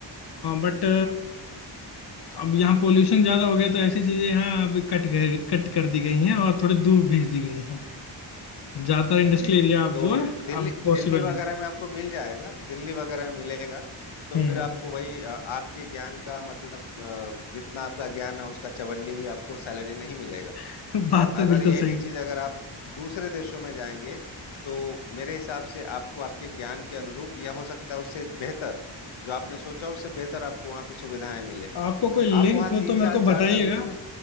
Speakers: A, on the left (about 55°); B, on the left (about 80°).
A: बट अब यहाँ पोल्यूशन ज्यादा हो गया तो ऐसी चीजें यहाँ अब कट गए कट कर दी गई हैं और थोड़ी दूर भेज दी गई हैं ज्यादातर इंडस्ट्रियल
B: जी
A: एरिया अब
B: तो
A: जो है
B: दिल्ली
A: अब पॉसिबल
B: दिल्ली वगैरह
A: नहीं
B: में आपको मिल जाएगा दिल्ली वगैरह में मिलेगा तो
A: हम्म
B: फिर आपको वही अ, आपके ज्ञान का मतलब अ, जितना आपका ज्ञान है उसका चवन्नी भी आपको सैलरी नहीं मिलेगा
A: <laughs> बात
B: और
A: तो
B: अगर
A: बिल्कुल
B: यही
A: सही है
B: चीज अगर आप दूसरे देशों में जाएंगे तो मेरे हिसाब से आपको आपके ज्ञान के अनुरूप या हो सकता है उससे बेहतर जो आपने सोचा उससे बेहतर आपको वहाँ पे सुविधाएं मिले
A: आपको कोई लिंक
B: आप वहाँ
A: हो
B: तीन
A: तो मेरे
B: साल
A: को बताइएगा
B: चार साल के लिए